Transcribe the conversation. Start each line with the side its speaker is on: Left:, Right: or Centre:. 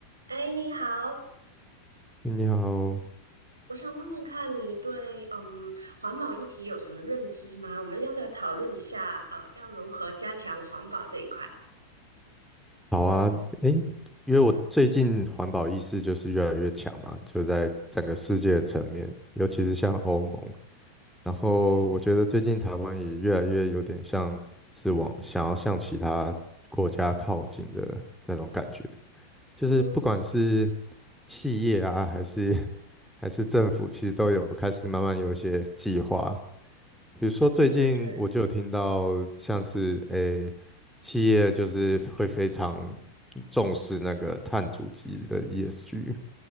Right: 哎，你好，
Centre: 你好，
Right: 我想问问看你对嗯环保议题有什么认知吗？我们要不要讨论一下呃，要如何加强环保这一块？
Centre: 好啊，诶，因为我最近环保意识就是越来越强嘛，就在整个世界的层面，尤其是像欧盟，然后我觉得最近台湾也越来越有点像是往想要向其他国家靠近的那种感觉，就是不管是
Right: 嗯，
Centre: 企业啊，还是 <laughs> 还是政府，其实都有开始慢慢有一些计划，比如说最近我就有听到，
Right: 对对对，
Centre: 像是诶，企业就是会非常重视那个碳足迹的 ESG，